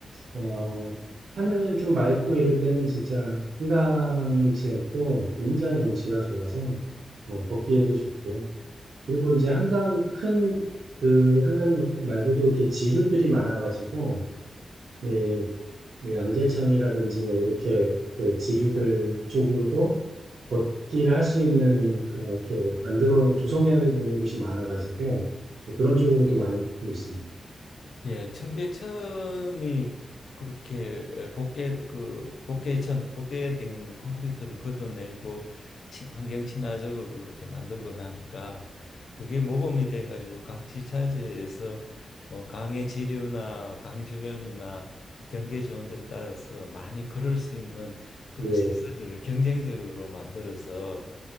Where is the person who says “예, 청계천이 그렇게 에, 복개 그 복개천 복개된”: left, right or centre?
Left